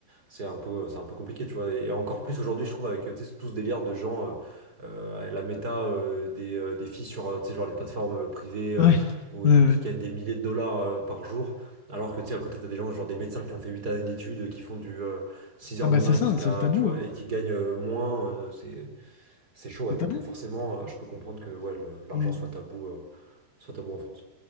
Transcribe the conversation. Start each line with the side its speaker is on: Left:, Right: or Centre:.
Right: C'est un peu, c'est un peu compliqué, tu vois. Et encore plus aujourd'hui, je trouve, avec tu sais, tout ce délire de gens, euh, euh, la méta euh, des, euh, des filles sur euh, tu sais, genre les plateformes euh, privées euh,
Left: Ouais,
Right: ou
Left: ouais,
Right: et tout, qui
Left: ouais.
Right: gagnent des milliers de dollars euh, par jour. Alors que tu sais, à côté, t'as des gens, genre des médecins qui ont fait 8 années d'études, euh, qui font du euh, 6 heures
Left: Ah bah
Right: du mat
Left: c'est ça,
Right: jusqu'à,
Left: c'est le tabou,
Right: tu vois,
Left: hein.
Right: et qui gagnent euh, moins. euh, c'est, c'est chaud, ouais.
Left: C'est
Right: Donc
Left: tabou.
Right: euh, forcément, euh, je peux comprendre que ouais, le- l'argent
Left: Mmh.
Right: soit tabou, euh, soit tabou en France.